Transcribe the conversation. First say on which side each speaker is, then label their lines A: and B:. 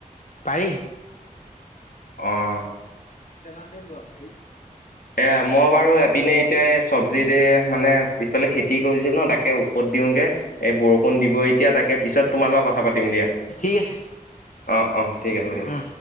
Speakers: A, on the left (about 60°); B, on the left (about 85°).
A: পাৰি।
B: অ'।
A: তেলানলোৱা
B: এয়া মই বাৰু এপিনে এতিয়া চব্জিতে মানে পিছফালে খেতি কৰিছিলো ন তাকে তাকে ঔষধ দিওঁগে এই বৰষুণ দিব এতিয়া তাকে পিছত তোমাৰ লগত কথা পাতিম দিয়া।
A: ঠিক আছে
B: অ', অ', ঠিক আছে দিয়া।
A: উম।